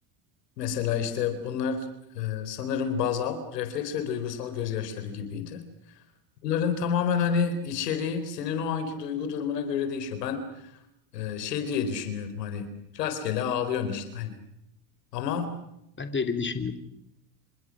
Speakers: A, on the left (about 90°); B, on the left (about 25°).
A: Mesela işte bunlar e, sanırım bazal, refleks ve duygusal gözyaşları gibiydi. Bunların tamamen hani içeriği senin o anki duygu durumuna göre değişiyor. Ben e, şey diye düşünüyordum hani rastgele ağlıyorsun işte hani. Ama
B: Ben de öyle düşünüyordum.